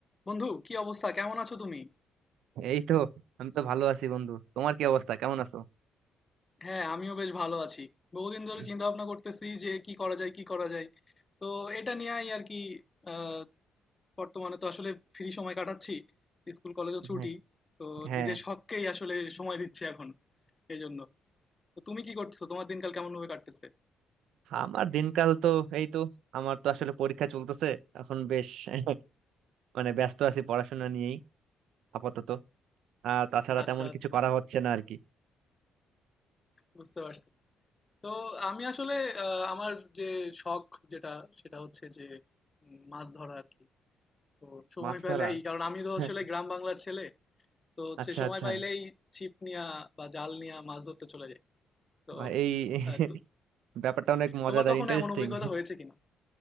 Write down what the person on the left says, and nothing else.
বন্ধু কি অবস্থা কেমন আছো তুমি
হ্যাঁ আমিও বেশ ভালো আছি বহুদিন ধরে
চিন্তা ভাবনা করতেছি যে কি করা যায় কি করা যায় তো এটা নিয়েই আর কি আহ, বর্তমানে তো আসলে ফ্রি সময় কাটাচ্ছি স্কুল কলেজও ছুটি
তো
নিজের শখকেই আসলে সময় দিচ্ছি এখন এই জন্য তো তুমি কি করতেছো তোমার দিনকাল কেমন ভাবে কাটতেছে
আচ্ছা
আচ্ছা
বুঝতে পারছি তো আমি আসলে আহ, আমার যে শখ যেটা সেটা হচ্ছে যে উম, মাছ ধরা আর কি তো সময়
পেলেই
কারণ আমি তো
আসলে গ্রাম বাংলার ছেলে তো হচ্ছে
সময়
পাইলেই ছিপ নিয়া বা জাল নিয়া মাছ ধরতে চলে যাই তো
আহ, তো-
তোমার কখনো
এমন অভিজ্ঞতা হয়েছে কিনা